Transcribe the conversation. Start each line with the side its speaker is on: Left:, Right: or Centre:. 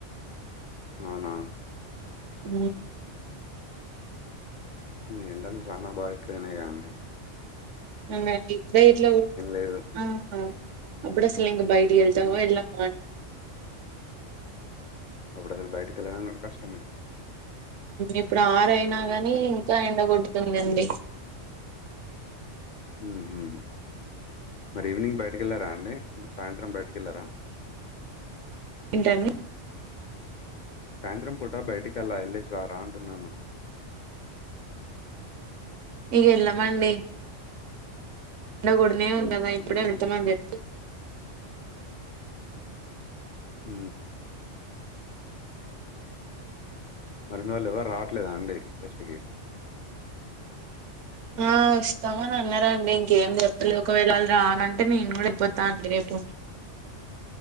Left: అవునా
Right: అ
Left: ఏండల్ చాణ బాగా ఎక్కువైంది కదండీ
Right: అండి ఇప్పుడే ఇట్లా పడదు
Left: లేదు.
Right: ఆ అప్పుడ సల ఇంగ బైడి ఎళ్తవ
Left: హ్మ్.
Right: ఎలా మా
Left: అప్పుడు అలు బయటకి వెళ్ళడా కష్టమే
Right: ఇప్పుడు ఆరుయినా గాని ఇంకా కొడుతుందండి
Left: హ్మ్. హ్మ్. మరి ఈవినింగ్ బయటకి వెళ్ళారా అండి సాయంత్రం బయటక వెళ్ళారా
Right: ఏంటండి
Left: సాయంత్రం పుట బయటికెళ్లా వెళ్లేసి రా రా అంటున్నాను
Right: ఇగ వెళ్లమండి ఉనే ఉందాదా ఇప్పుడే
Left: హ్మ్. హ్మ్.
Right: వెళ్తమ జచీ
Left: హ మరి మీ వాళ్ళు ఎవరు రావట్లేదా అండి ఫెస్ట్కి
Right: ఆ ఇస్తామని అన్నార అండి ఇంకేం చెప్పలే ఒకవేళళ్ళ రానంటే నేను కూడా వెళ్ళపోతాన అండి రేపు ఏ